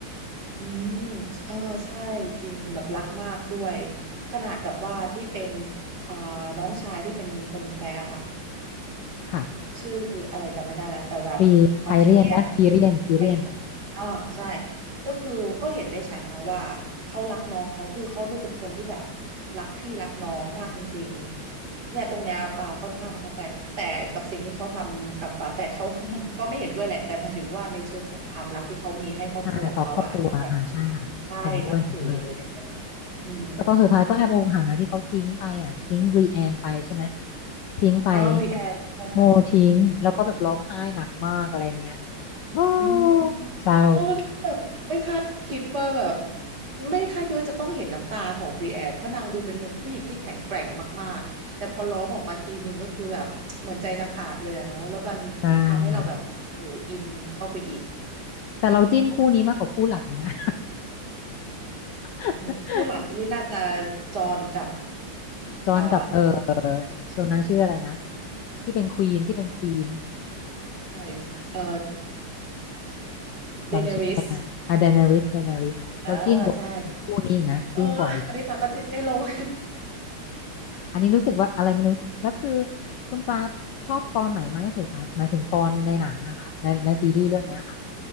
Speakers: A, on the right (about 50°); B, on the left (about 75°).
A: อืมเออใช่จริงแบบรักมากด้วยขนาดกับว่าที่เป็นเอ่อน้องชายที่เป็นคนแคระค่ะ
B: ค่ะ
A: ชื่ออะไรจำไม่ได้แล้วแต่แบบออทิเลียน
B: ทรีไทเรียนและทีเรียนทีเรียน
A: ไอเลียนอ่าใช่ก็คือก็เห็นได้ชัดนะว่าเขารักน้องเขาคือเขาดูเป็นคนที่แบบรักพี่รักน้องมากจริงๆเนี่ยตรงเนี้ยปาค่อนข้างประทับใจแต่กับสิ่งที่เขาทำกับป่าแฝดเขา <laughs> มันก็ไม่เห็นด้วยแหละแต่หมายถึงว่าในเชิงของความรักที่เขามีให้ครอบครัวของเขาอะอันนี้แบบ
B: อ่าต่อครอบครัวอ่าใช่ค่ะเห็นด้วยเห็นด้วย
A: ใช่นับถือเลยในเรื่องนี้อืม
B: แต่ตอนสุดท้ายก็แอบอกหักนะที่เขาทิ้งไปอ่ะทิ้งรีแอนไปใช่ไหมทิ้งไป
A: อ๋อบริแอนใช่ค่ะ
B: โมทิ้งแล้วก็แบบร้องไห้หนักมากอะไรเงี้ยโอ้
A: อืม
B: เศร้า
A: โอ้แบบไม่คาดคิดว่าแบบไม่คาดคิดว่าจะต้องเห็นน้ำตาของบรีแอนเพราะนางดูเป็นคนผู้หญิงที่แข็งแกร่งมากๆแต่พอร้องออกมาทีนึงก็คือแบบเหมือนใจจะขาดเลยอะเนาะแล้วมันทำให้เราแบบโอ้โหอินเข้าไปอีก
B: ใช่ค่ะแต่เราจิ้นคู่นี้มากกว่าคู่หลักอีกนะ <laughs>
A: โอ้ยคู่หลักนี่น่าจะจอห์นกับ
B: จอห์นกับเออ
A: อ่า
B: เชลนางชื่ออะไรนะที่เป็นควีนที่เป็นควีน
A: ใช่เอ่อเดเนริส
B: จำชื่ออะเดนาริสเดนาริสเราจิ้นกว่าคู่นี้อีกนะจิ้นกว่าอีก
A: อ่าใช่เอออันนี้ปากก็จิ้นไม่ลง
B: อันนี้รู้สึกว่าอะไรไม่รู้แล้วคือคุณปลาชอบตอนไหนมากที่สุดคะหมายถึงตอนในหนังอะค่ะในในซีรีส์เรื่องเนี้ยค่ะ